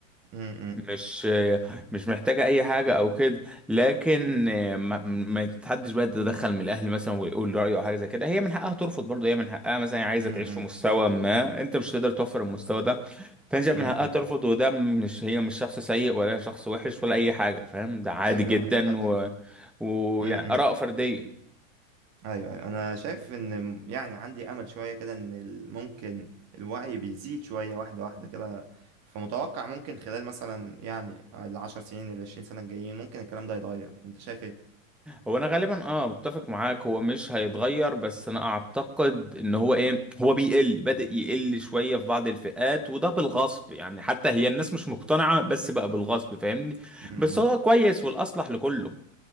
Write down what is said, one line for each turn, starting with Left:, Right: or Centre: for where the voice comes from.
Right: امم
Centre: مش مش محتاجة أي حاجة أو كده لكن ما, ما تحدش بقى تتدخل من الأهل مثلا ويقول رأيه أو حاجة زي كده هي من حقها ترفض برضه هي من حقها مثلا عايزة
Right: امم
Centre: تعيش في مستوى ما أنت مش تقدر توفر المستوى ده فأنت شايف
Right: امم
Centre: من حقها ترفض وده مش هي مش شخص سيء ولا شخص وحش ولا أي حاجة فاهم ده عادي
Right: ايوه
Centre: جدا
Right: الى حد
Centre: و...
Right: ما
Centre: ويعني
Right: امم
Centre: آراء فردية
Right: ايوه أيوة. انا شايف ان م- يعني عندي امل شويه كده ان ال- ممكن الوعي بيزيد شويه واحده واحده كده فمتوقع ممكن خلال مثلا يعني العشر سنين العشرين سنه الجايين ممكن الكلام ده يتغير انت شايف ايه
Centre: هو انا غالبا اه متفق معاك هو مش هيتغير بس انا اعتقد ان هو ايه هو بيقل بدأ يقل شوية في بعض الفئات وده بالغصب يعني حتى هي الناس مش مقتنعة بس بقى بالغصب فاهمني
Right: امم
Centre: بس هو كويس والاصلح لكله